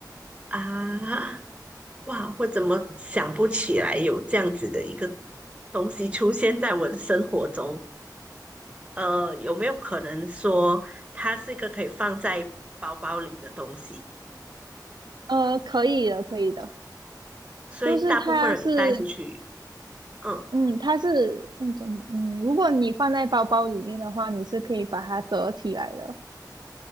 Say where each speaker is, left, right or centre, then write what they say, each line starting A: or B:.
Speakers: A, on the right; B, on the right.
A: 啊，哇，我怎么想不起来有这样子的一个东西出现在我的生活中？呃，有没有可能说它是一个可以放在包包里的东西？
B: 呃，可以的，可以的，
A: 所以大部分人带出去
B: 就是它是，
A: 嗯，
B: 嗯，它是那种，嗯，如果你放在包包里面的话，你是可以把它折起来的，